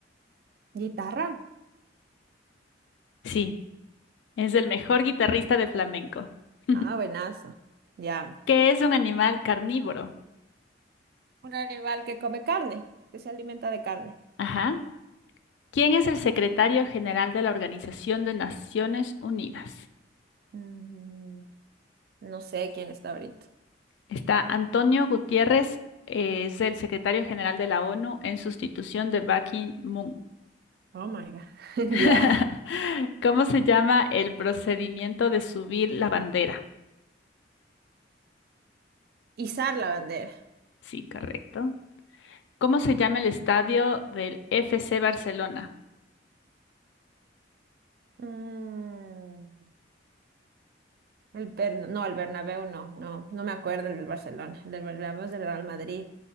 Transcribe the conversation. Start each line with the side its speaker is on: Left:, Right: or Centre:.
Right: ¿Guitarra?
Left: Sí, es el mejor guitarrista de flamenco. <laughs>
Right: Ah, buenazo. Ya.
Left: ¿Qué es un animal carnívoro?
Right: Un animal que come carne, que se alimenta de carne.
Left: Ajá. ¿Quién es el secretario general de la Organización de Naciones Unidas?
Right: Mm, no sé quién está ahorita.
Left: Está Antonio Gutiérrez, eh, es el secretario general de la ONU en sustitución de Ban Ki-moon.
Right: Oh my God. <laughs>
Left: <laughs>
Right: Ya.
Left: ¿Cómo se llama el procedimiento de subir la bandera?
Right: Izar la bandera.
Left: Sí, correcto. ¿Cómo se llama el estadio del FC Barcelona?
Right: Mm, el Bern- no, el Bernabéu no, no, no me acuerdo el del Barcelona. El del Bernabéu es del Real Madrid.